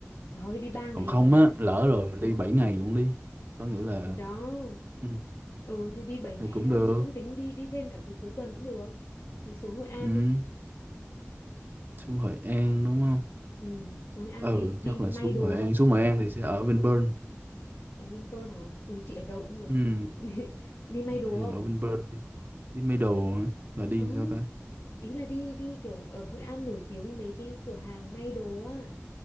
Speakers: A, on the left; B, on the right.
A: trời ơi đi ba ngày
B: còn không
A: mà
B: á lỡ rồi mình đi 7 ngày luôn đi có
A: thì
B: nghĩa là
A: thì đó
B: ừ,
A: ừ thì đi bảy ngày
B: thì cũng
A: đó
B: được
A: chị cũng tính đi đi thêm cả cái cuối tuần cũng được thì xuống Hội An
B: ừ
A: đi
B: xuống Hội An đúng không
A: ừ xuống Hội An
B: ừ
A: đi đi
B: chắc
A: may
B: là xuống
A: đồ
B: Hội An
A: không
B: xuống Hội An thì sẽ ở Vinpearl
A: ở Vinpearl hả ui chị ở đâu cũng được
B: ừ
A: <laughs> đi, đi may
B: Ừ,
A: đồ không
B: ở bên Perth đi đi Middle hả là đi
A: Ừ,
B: sao ta
A: ý là đi đi kiểu ở Hội An nổi tiếng mấy cái cửa hàng may đồ á,